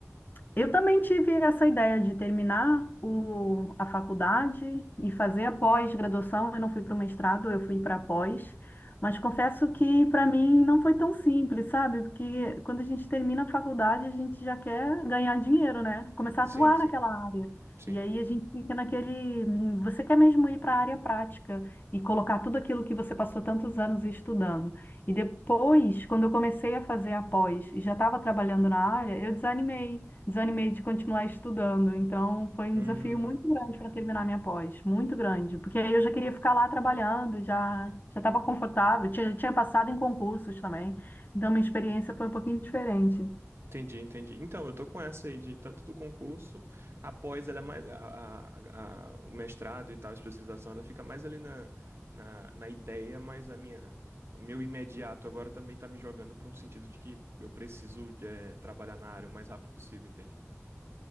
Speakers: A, on the left; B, on the right.
A: Eu também tive essa ideia de terminar o, a faculdade e fazer a pós-graduação. Eu não fui para o mestrado, eu fui para a pós. Mas confesso que para mim não foi tão simples, sabe? Porque quando a gente termina a faculdade, a gente já quer ganhar dinheiro, né? Começar
B: Sim,
A: a atuar
B: sim,
A: naquela área.
B: sim.
A: E aí a gente fica naquele. hum, Você quer mesmo ir para a área prática e colocar tudo aquilo que você passou tantos anos estudando. E depois, quando eu comecei a fazer a pós e já estava trabalhando na área, eu desanimei desanimei de continuar estudando. Então, foi
B: Uhum.
A: um desafio muito grande para terminar minha pós, muito grande, porque aí eu já queria ficar lá trabalhando, já já estava confortável, tinha, tinha passado em concursos também. Então, minha experiência foi um pouquinho diferente.
B: Entendi, entendi. Então, eu tô com essa aí de tanto do concurso, após ela é mais a, a- a- o mestrado e tal, a especialização, ela fica mais ali na, na, na ideia, mas a minha o meu imediato agora também tá me jogando para um sentido de que eu preciso de, eh, trabalhar na área o mais rápido possível, entende?